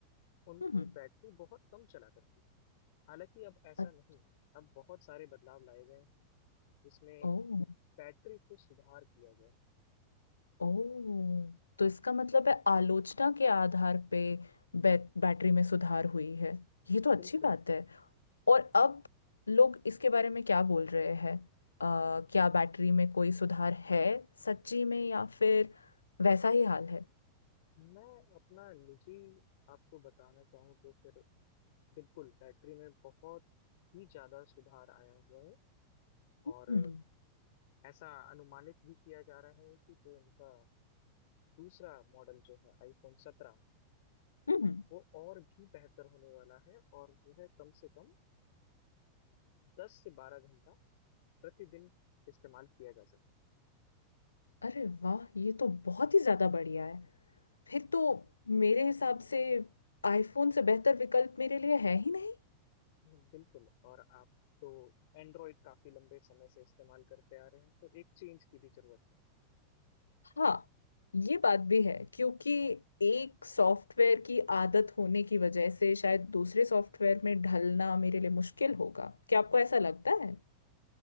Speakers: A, on the left; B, on the left.
A: उनकी
B: हम्म
A: बैटरी बहुत कम चला करती थी हालांकि अब ऐसा
B: अत-
A: नहीं है अब बहुत सारे बदलाव लाए गए हैं जिसमें
B: ओ
A: बैटरी को सुधार किया गया है
B: ओ तो इसका मतलब है आलोचना के आधार पे बै, बैटरी में सुधार हुई है ये तो अच्छी
A: बिल्कुल
B: बात है और अब लोग इसके बारे में क्या बोल रहे हैं आ, क्या बैटरी में कोई सुधार है सच्ची में या फिर वैसा ही हाल है
A: मैं अपना निजी आपको बताना चाहूँ तो फिर बिल्कुल बैटरी में बहुत ही ज्यादा सुधार आया हुआ है
B: हम्म
A: और ऐसा अनुमानित भी किया जा रहा है कि जो इनका दूसरा मॉडल जो है आईफोन सत्रह
B: हम्म
A: वो और भी बेहतर होने वाला है और वह कम से कम दस से बारह घंटा प्रतिदिन इस्तेमाल किया जा सकता
B: अरे वाह ये तो बहुत ही ज्यादा बढ़िया है फिर तो मेरे हिसाब से आईफोन से बेहतर विकल्प मेरे लिए है ही नहीं
A: है बिल्कुल और आप तो एंड्रॉइड काफी लंबे समय से इस्तेमाल करते आ रहे हैं तो एक चेंज की भी जरूरत है
B: हाँ ये बात भी है क्योंकि एक सॉफ्टवेयर की आदत होने की वजह से शायद दूसरे सॉफ्टवेयर में ढलना मेरे लिए मुश्किल होगा क्या आपको ऐसा लगता है